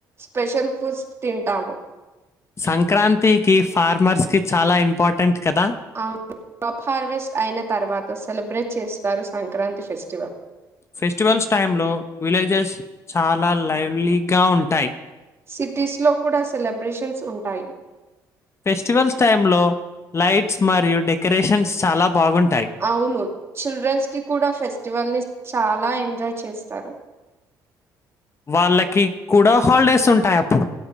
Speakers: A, on the right; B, on the left.
A: స్పెషల్ ఫుడ్స్ తింటాము
B: సంక్రాంతికిఫ ఫార్మర్స్ కి చాలా ఇంపార్టెంట్ కదా
A: వు క్రాప్ హార్వెస్ట్ అయిన తర్వాత సెలబ్రేట్ చేస్తారు సంక్రాంతి ఫెస్టివల్
B: ఫెస్టివల్స్ టైమ్ లో విలేజెస్ చాలా లైవ్లీగా ఉంటాయి
A: సిటీస్ లో కూడా సెలబ్రేషన్స్ ఉంటాయి
B: ఫెస్టివల్స్ టైమ్ లో లైట్స్ మరియు డెక రేషన్స్ చాలా బాగుంట్
A: అవును చిల్డ్రన్స్ కి కూడా ఫెస్టివల్ ని చాలా ఎంట ఎంజాయ్ చేస్తారు
B: వాళ్ళక్ కి కూడా హాలిడేస్ ఉంటాయ్ అప్పుడు